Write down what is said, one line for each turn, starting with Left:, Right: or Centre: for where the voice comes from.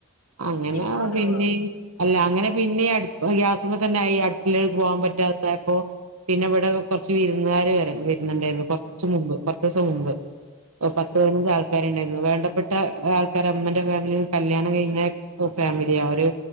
Right: അങ്ങനെ
Left: ഇപ്പഴും ഉണ്ടാവോ
Right: പിന്നെ അല്ല അങ്ങനെ പിന്നിം അടു ഗ്യാസുമ തന്നെ ആയി ഈ അടുപ്പിലെക്ക് പോകാൻ പറ്റാതായപ്പോ പിന്നെ ഇവിടെ കുറച്ച് വിരുന്നുകാര് വ വരുന്നുണ്ടായിരുന്നു കൊറച്ച്
Left: ഉം
Right: മുമ്പ് കുറച്ച് ദിസം മുമ്പ് ഹെ പത്ത്
Left: ഉം ഉം
Right: പതിനഞ്ച് ആൾ ആക്കണ്ടായിരുന്നു വേണ്ടപ്പെട്ട ആൾക്കർ അമ്മന്റെ ഫാമിലിന്ന് കല്യാണം കഴിഞ്ഞ ഫാമിലിയ ഒരു